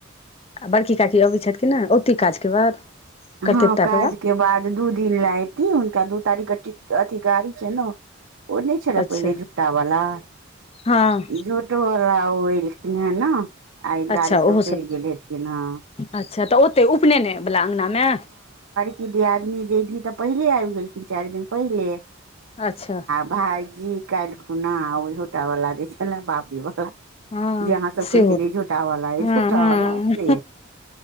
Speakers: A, on the left; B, on the right.
A: आ बड़की काकी अबैत छैथ की ना ओत ई काज कऽ बाद
B: हँ
A: कर्तव्यता
B: काज
A: के
B: केँ बाद दू दिन लै ऐथी हुनका दू तारीख केँ अथी गाड़ी छै न ओ नै छलै
A: अच्छा
B: पहिले झोटावाला <inaudible>
A: हँ
B: झो टो वला ओ एलखिन हे न आ ई
A: अच्छा
B: गाड़ी स
A: ओहो
B: उतैर
A: सब
B: गेल हेथिन हऽ
A: अच्छा तऽ ओते उपनैने वला अंगना में
B: की दीआदनी जैधी तऽ पहिले आइब गेलखिन चाइर दिन पहिले
A: अच्छा
B: भाईजी काइल खुना ओ झोटा वला जे छलैन बाबरीबला
A: हँ
B: जे अहाँ सब
A: सेहो
B: कहै छलियै झोटा वला अइ
A: हँ
B: झोटा
A: हँ
B: वाला अइ से